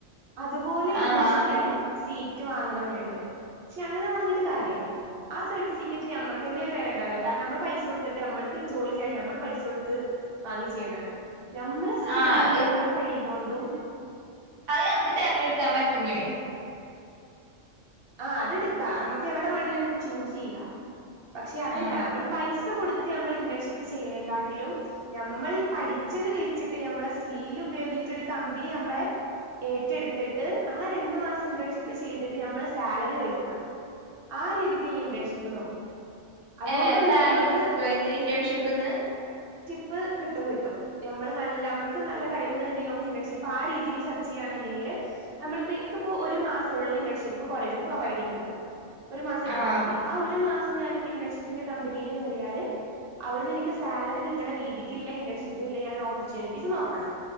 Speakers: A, on the right; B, on the right.
A: അതുപോലെ ഇന്റേൺഷിപ്പിന്
B: ആഹ് അങ്ങനെ
A: സീ റ്റ് വാങ്ങ്ണോര്ണ്ട് ഷേ അങ്ങനെ വാങ്ങീട്ട് കാര്യല്ല ആ സർട്ടിഫിക്കറ്റ് ഞമ്മക്ക്ന്നെ ഒര് വെലണ്ടാവില്ല കാരണം ഞമ്മള് പൈസ കൊട്ത്തിട്ട് ഞമ്മള്ക്ക് ജോലി ചെയ്യാൻ ഞമ്മള് പൈസ കൊട്ത്ത് വാങ്ങി വാങ്ങിച്ചെയ്യണാണ് ഞമ്മളെ സ്കില്ലൊണ്ടും
B: ആഹ്
A: ഞമ്മളെ കഴിവോണ്ടും
B: അയ് ഞമ്മക്ക് തെരഞ്ഞെടുക്കാൻ പറ്റൂലേ
A: ആ അതിടുക്കാ ഞമ്മക്ക് എവ്ടെ വാണേലും ഞമ്മക്ക് ചൂസ്യ്യാം പക്ഷേ അതല്ല
B: ആഹ്
A: മ്മള് പൈസ കൊടു റ്റ് ഞമ്മള് ഇന്റേൺഷിപ്പ് ചെയ്യേണെ ങ്കാട്ടിലും ഞമ്മള് ഈ പഠിച്ചത് വെച്ചിട്ട് ഞമ്മളെ സ്ക്കിൽ ഉപയോഗിച്ച് ഒര് കമ്പിനി ഞമ്മളെ ഏറ്റെടുത്ത്ട്ട് ആ രണ്ടു മാസം ഇന്റേൺഷിപ്പ് ചെയ്തിട്ട് ഞമ്മള് സ് സാലറി വേടിക്കണം ആ രീതിക്ക്ള്ള ഇന്റേൺഷിപ്പ് നോക്കണം അതുകൊണ്ടുള്ളൂ
B: ഏ സാലറി
A: നമ്മക്ക്
B: കിട്ടുവോ അയിന്ന് ഇന്റേൺഷിപ്പ്ന്ന്
A: പ്പ് കിട്ടും കിട്ടും ഞമ്മള് നല്ല ഞമ്മക്ക് നല്ല കഴിവുണ്ട്ന്ന്ണ്ടെങ്കി നമ്മള് ഇന്റേൺഷിപ്പ് ആ രീതിയില് സെർച്ച്യ്യാണ് ണ്ടെങ്കില് നമ്മളിപ്പോ ഇൻക്ക്‌പ്പോ ഒരു മാസഒള്ളു ഇന്റേൺഷിപ്പ് പ്പോ കോളേജിൽ പ്രൊവൈടെയ്യുന്നത് ഒരു മാസം എടുത്താ
B: ആഹ്
A: മതി ആ ഒരു മാസ് ഞാനി ഇന്റേൺഷിപ്പിന്റെ കമ്പിനില് കേറിയാല് അവിടുന്ന് ഇനിക്ക് സാലറി കിട്ടണ രീതിക്ക്ല്ലെ ഇന്റേൺഷിപ്പിൽ ഞാൻ ഓപ്പർച്യൂണിറ്റീസ് നോക്കണം